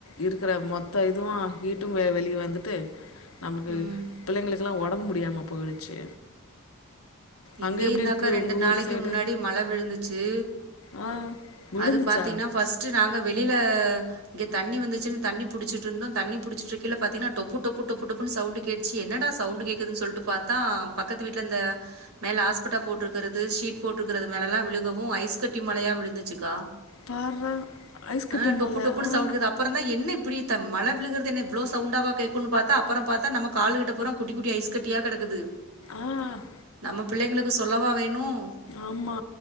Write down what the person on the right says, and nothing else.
ம்
இங்கயுதாக்கா
ரெண்டு
நாளைக்கு
முன்னாடி மழ விழுந்துச்சு
அது பாத்தீங்கன்னா ஃபஸ்ட் நாங்க வெளில இங்க தண்ணி வந்துச்சின்னு தண்ணி புடுச்சட்டுருந்தோம் தண்ணி புடுச்சுட்றுக்கேல பாத்தீங்கன்னா டொப்பு டொப்பு டொப்பு டொப்புன்னு சவுண்டு கேட்டுச்சு என்னடா சவுண்டு கேட்குதுன்னு சொல்ட்டு பாத்தா பக்கத்து வீட்ல அந்த மேல ஹாஸ்பிட்டா போட்ரு க்கிறது சீட் போட்டுக்கிறது மேலல்லாம் விழு கவும் ஐஸ் கட்டி மழையா விழுந்துச்சு க்கா
ஆஹ் டொப்பு
டொப்புன்னு
சவுண்ட் கேக்குது அப்புறம் தான் என்ன இப்டி மழ விழுகுறது என்ன அவ்ளோ சவுண்டாவா கேக்குனு பாத்தா அப்புறம் பாத்தா நம்ம காலு கிட்ட பூரா குட்டி குட்டி ஐஸ் கட்டியா கெடக்குது
நமக் பிள்ளைங்களுக்கு சொல்லவா வேணும்